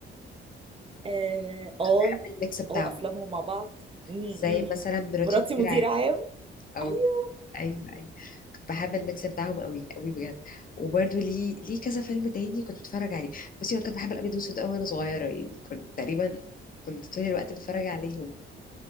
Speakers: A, on the right (about 25°); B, on the left (about 40°).
A: اه اه
B: بحب الميكس بتاعهم
A: آه، افلامهم مع بعض م-
B: زي مثلا
A: م.
B: مراتي
A: مراتي
B: مدير
A: مدير
B: عام
A: عام
B: او
A: ايوه
B: ايوه ايوه كنت بحب الميكس بتاعهم قوي قوي بجد وبرضو ليه ليه كذا فيلم تاني كنت بتفرج عليه بصي انا كنت بحب الابيض والاسود قوي وانا صغيره يعني كنت تقريبا كنت طول الوقت بتفرج عليهم